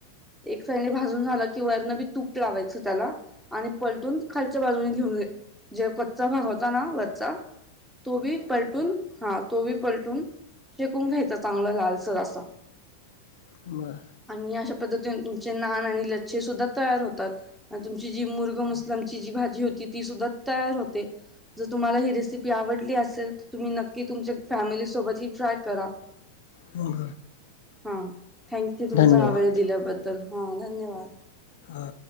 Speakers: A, in the centre; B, on the left.
A: एक साईने भाजून झाला की वरन बी तूप लावायचं त्याला आणि. पलटून खालच्या बाजूने घेऊन जे कच्चा भाग होता ना वरचा. तो बी पलटून हा तो बी पलटून. शेकून घ्यायचं चांगलं लालसर असा
B: बर
A: आणि अशा पद्धतीने तुमचे नान आणि लच्छे सुद्धा तयार होतात आणि तुमची जी मुर्गस् जी भाजी होती ती सुद्धा तयार होते जर तुम्हाला ही रेसिपी आवडली असेल तर तुम्ही नक्की नक्की तुमच्या फॅमिली सोबत हे ट्राय करा
B: हम
A: हम्म थँक यू तुमचा
B: धन्यवाद
A: हा वेळ दिल्याबद्दल हा धन्यवाद
B: हां